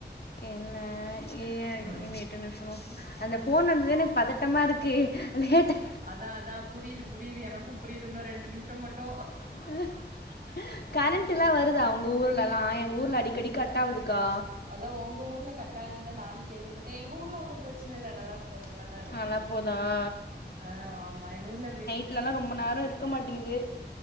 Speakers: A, on the left (about 65°); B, on the right (about 55°).
A: என்ன ஏ
B: ம்
A: இன்னு எட்டு நிமிஷொ மொபு அந்த ஃபோன் வந்ததே எனக்கு பதட்டமா இருக்கு லேட்டா
B: அதா அதா புரியுது புரியுது எனக்கு புரியுது இன்னு ரெண்டு நிமிஷொ மட்டு
A: <unintelligible> கரண்டுலா வருதா உங்க ஊர்லலா எங்க ஊர்ல அடிக்கடி கட் ஆகுதுக்கா
B: அதா ஒங்க ஊர்ல கட்டாயிரும்தா நானு கேள்விப்பட் எங்க ஊர்ல ஒன்னு பிரச்சன இல் நல்லா போ நல்லாதா இருக்கு
A: நல்லா போதான்
B: ஆ ஆமா எங்க ஊர்ல வெ
A: இல்லனா ரொம்ப நேரொ இருக்க மாட்டேங்குது